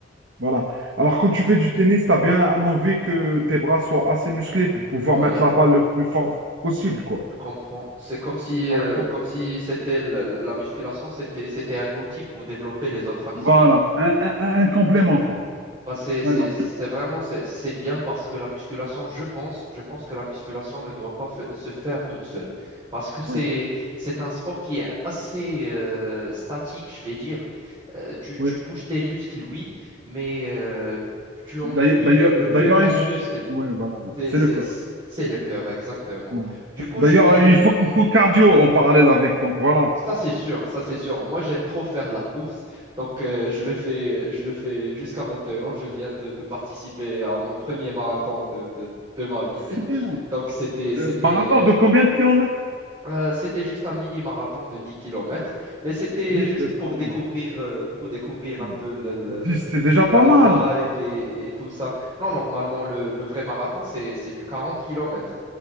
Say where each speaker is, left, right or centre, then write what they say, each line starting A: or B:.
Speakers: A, on the right; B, on the right.
A: voilà. Alors,
B: Ouais,
A: quand tu fais du tennis, tu as bien envie que tes bras soient assez musclés pour pouvoir
B: ouais.
A: mettre la balle le plus fort possible, quoi.
B: Je comprends. C'est comme si, euh,
A: Par exemple.
B: comme si c'était la, la- la musculation, c'était, c'était un outil pour développer les autres activités.
A: Voilà, un, un- un- un complément, quoi.
B: Bah, c'est,
A: Ouais,
B: c'est,
A: voilà.
B: c'est vraiment c'est c'est bien parce que la musculation, je pense, je pense que la musculation ne doit pas fa- se faire toute seule parce que c'est
A: Ouais,
B: c'est un sport qui est assez euh, statique, je vais dire. Euh, tu,
A: ouais.
B: tu bouges tes muscles, oui, mais euh, tu en
A: D'ailleurs,
B: oublies
A: d'ailleurs,
B: le, le
A: d'ailleurs,
B: plus grand
A: ils
B: muscle,
A: ut- ouais, voilà,
B: c'est
A: c'est
B: c'est-
A: le cœur.
B: c'est le cœur, exactement.
A: Voilà.
B: Du coup,
A: D'ailleurs,
B: je faisais,
A: euh, ils font,
B: hmm.
A: ils font cardio en parallèle avec, donc voilà.
B: Ça, c'est sûr, ça, c'est sûr. Moi, j'aime trop faire la course, donc euh, je
A: Ouais.
B: le fais, je le fais jusqu'à maintenant. Je viens de, de participer à mon premier marathon de, de, de ma vie.
A: C'est
B: <laughs>
A: bien.
B: Donc, c'était, c'était,
A: Euh, marathon de combien de kilomètres?
B: euh, euh, c'était juste un mini-marathon de 10 kilomètres, mais c'était
A: dix
B: juste
A: ouais, c'est
B: pour
A: pas
B: découvrir,
A: mal.
B: euh, pour découvrir
A: Mm.
B: un peu le- le-
A: 10,
B: le-
A: c'est déjà
B: la
A: pas mal.
B: vibe et, et tout ça. Non, normalement, le, le vrai marathon, c'est, c'est du quarante kilomètres.